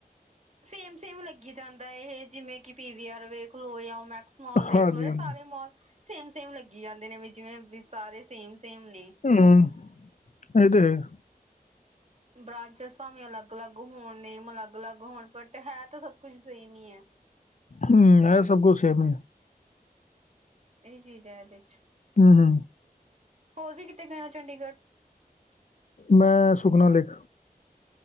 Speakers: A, on the right; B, on the left.
A: ਸੇਮ- ਸੇਮ ਲੱਗੀ ਜਾਦਾ ਇਹ ਜਿਵੇ ਕ ਪੀਵੀ ਆਰ ਵੇਖਲੋ ਜਾਂ ਓ ਮੈਕਸ ਮਾਲ ਦੇਖਲੋ
B: ਹਾਂਜੀ
A: ਇਹ
B: ਹਾਂਜੀ
A: ਸਾਰੇ ਮਾਲ ਸੇਮ ਸੇਮ ਲੱਗੀ ਜਾਂਦੇ ਨੇ ਵੀ ਜਿਵੇਂ ਵੀ ਸਾਰੇ ਸੇਮ ਸੇਮ ਨੇ।
B: ਹੂੰ ਇਹ ਤੇ ਹੈ।
A: ਬ੍ਰਾਂਚਿਸ ਭਾਵੇ ਅਲੱਗ- ਅਲੱਗ ਹੋਣ ਨੇਮ ਅਲੱਗ- ਅਲੱਗ ਹੋਣ ਬਟ ਹੈ ਤਾਂ ਸਭ ਕੁਝ ਸੇਮ ਹੀ ਹੈ।
B: ਹਮ ਇਹ ਸਬ ਕੁਛ ਸੇਮ ਈ
A: ਇਹੀ ਚੀਜ਼ ਹੈ ਇਹਦੇ ਚ
B: ਹੂੰ- ਹੂੰ -
A: ਹੋਰ ਵੀ ਕਿੱਤੇ ਗਏ ਆ ਚੰਡੀਗੜ੍ਹ।
B: ਮੈਂ ਸੁਖਨਾ ਲੇਕ